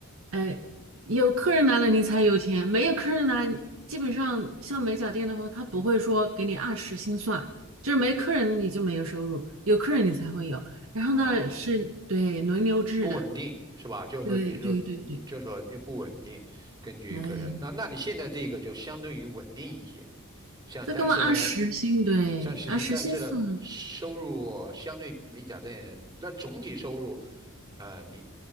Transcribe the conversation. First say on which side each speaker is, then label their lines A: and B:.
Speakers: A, on the right (about 65°); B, on the right (about 20°).
A: 哎，有客人来了你才有钱，没有客人来，基本上像美甲店的话，他不会说给你按时薪算，就是没客人你就没有收入，有客人你才会有。然后呢，
B: 哦
A: 是对轮流制的，
B: 不稳定是吧？就是说，
A: 对对对对，
B: 也就是说，嗯就是说也不稳定，根据客人。
A: 哎，
B: 那那你现在这个就相对于稳定一些，像但是呢，
A: 这根本按时薪，对，
B: 像实行，
A: 按时薪算。
B: 但是呢，收入相对美甲店，那总体收入，呃，你，